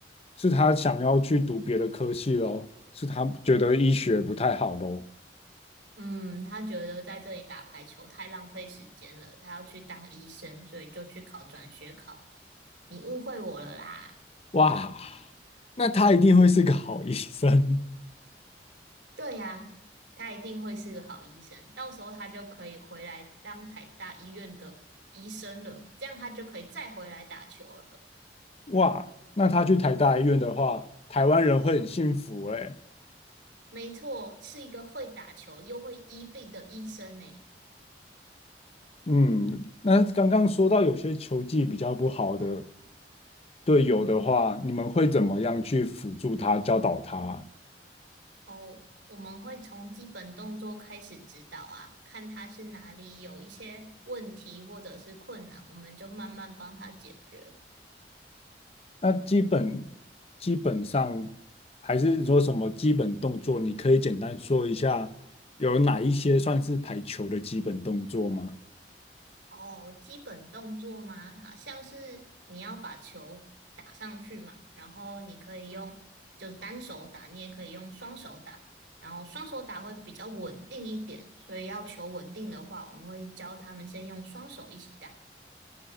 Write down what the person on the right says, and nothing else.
嗯，他觉得在这里打排球太浪费时间了，他要去当医生，所以就去考转学考了。你误会我了啦。
对呀，他一定会是个好医生，到时候他就可以回来当台大医院的医生了，这样他就可以再回来打球了。
没错，是一个会打球又会医病的医生呢。
哦，我们会从基本动作开始指导啊，看他是哪里有一些问题或者是困难，我们就慢慢帮他解决。
哦，基本动作吗？好像是你要把球打上去嘛，然后你可以用就是单手打，你也可以用双手打，然后双手打会比较稳定一点，所以要求稳定的话，我们会教他们先用双手一起打。